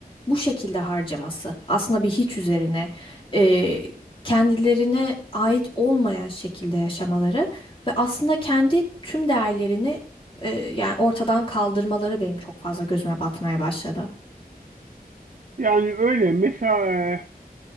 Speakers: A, on the left; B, on the right.
A: bu şekilde harcaması. Aslında bir hiç üzerine eee, kendilerine ait olmayan şekilde yaşamaları ve aslında kendi tüm değerlerini eee, yani ortadan kaldırmaları benim çok fazla gözüme batmaya başladı.
B: Yani öyle mesela e,